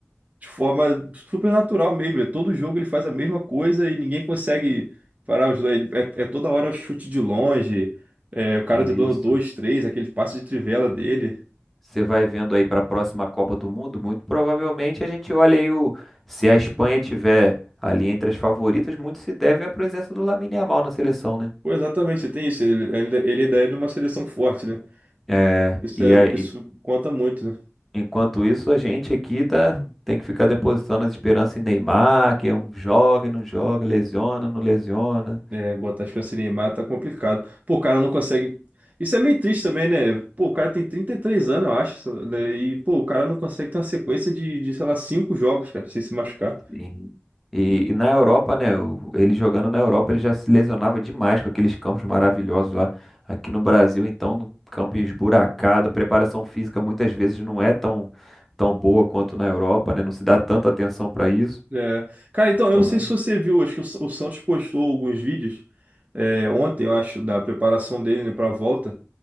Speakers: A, on the right (about 35°); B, in the centre.
A: de forma super natural mesmo. É todo jogo ele faz a mesma coisa e ninguém consegue parar os dois. É, é toda hora chute de longe, é, o cara
B: isso.
A: driblando dois, três, aquele passe de trivela dele.
B: Você vai vendo aí para a próxima Copa do Mundo, muito provavelmente a gente olha aí o se a Espanha tiver ali entre as favoritas, muito se deve à presença do Lamine Yamal na seleção, né?
A: Pô, exatamente, tem isso. Ele, ele, ele ainda é de uma seleção forte, né?
B: É,
A: Isso,
B: e
A: é,
B: aí,
A: isso conta muito, né?
B: enquanto isso, a gente aqui tá tem que ficar depositando as esperanças em Neymar, que é um joga e não joga, lesiona, não lesiona.
A: É, botar as pra se tá complicado. Pô, o cara não consegue. Isso é meio triste também, né? Pô, o cara tem 33 anos, eu acho. né? E, pô, o cara não consegue ter uma sequência de, de, sei lá, cinco jogos, cara, sem se machucar.
B: Sim. E, e na Europa, né? o- Ele jogando na Europa, ele já se lesionava demais com aqueles campos maravilhosos lá. Aqui no Brasil, então, no campo esburacado, a preparação física muitas vezes não é tão, tão boa quanto na Europa, né? Não se dá tanta atenção para isso.
A: É. Cara, então,
B: Então,
A: eu não sei se você viu, acho que o, Sa- o Santos postou alguns vídeos é, ontem, eu acho, da preparação dele, né, pra volta.